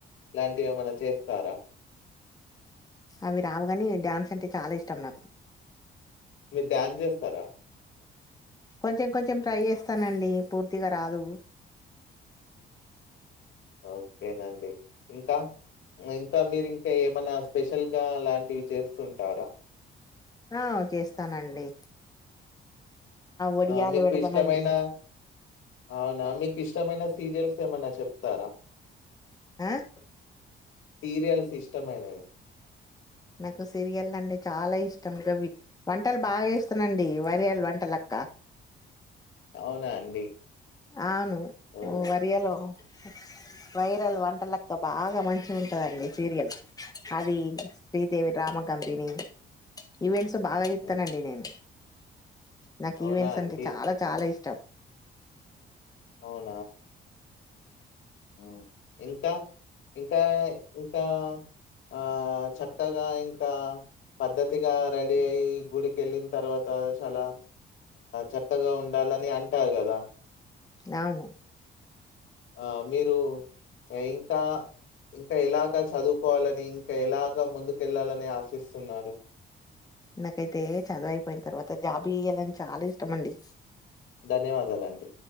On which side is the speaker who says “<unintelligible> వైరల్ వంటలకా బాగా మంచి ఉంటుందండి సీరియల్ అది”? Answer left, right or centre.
Left